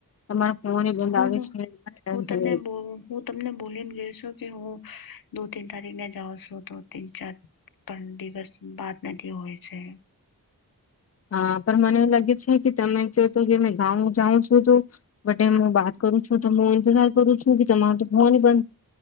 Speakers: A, on the left; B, on the left.
A: તમારા ફોમ બંધ
B: હું
A: આવે છે ટેન્શન
B: હું તને
A: લાય છે.
B: હું તમને બોલીને ગયો છું કે હું દો તન તારીખને જાઉ છું તો તન ચાર. પણ દિવસ બાત નથી હોય છે.
A: હા પણ મને એવું લાગે છે કે તમે ક તો કે ગાઉ જાઉં છું તો. બટ હું વાત કરું છું તો હું ઇંતજાર કરું છું કે તમારે તો જોવાની બંધ